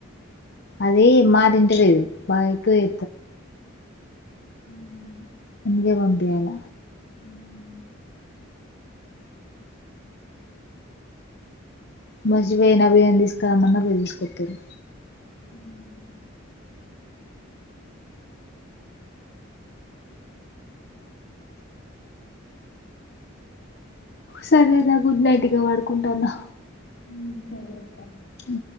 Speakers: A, on the left (about 55°); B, on the left (about 85°).
A: అది మాట వింటలేదు బైకు ఎ
B: మ్మ్
A: గే పంపియ్యాల
B: మ్మ్
A: మసివైన అభియా తీసుకురామ్మన్నా పోయి తెలుసుకొచ్చారు
B: మ్మ్
A: సరే రా గుడ్ నైట్ ఇగ వాడుకుంటాను
B: మ్మ్ సరెప్ప
A: అ